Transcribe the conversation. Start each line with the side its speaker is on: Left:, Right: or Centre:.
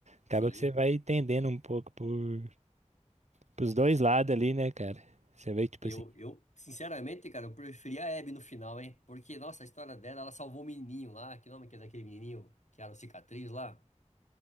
Right: Acaba
Left: Sim.
Right: que você vai entendendo um pouco por, pros dois lados ali, né, cara? Você vê, tipo
Left: Eu,
Right: assim.
Left: eu, sinceramente, cara, eu preferi a Abby no final, hein? Porque, nossa, a história dela, ela salvou o menininho lá. Que nome que é daquele menininho que era o cicatriz lá?